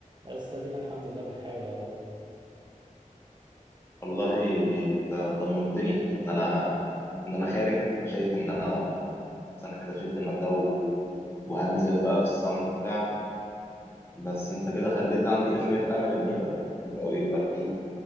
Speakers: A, on the right; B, on the left.
A: بس ادينا الحمد لله بنحاول اهو
B: والله انت طمنتني ان انا ان انا خارج شايف ان انا انا كده شلت الماده و... وهنزل بقى في الصمت بتاع بس انت كده خليت عندي شويه امل ان يبقى او يبقى في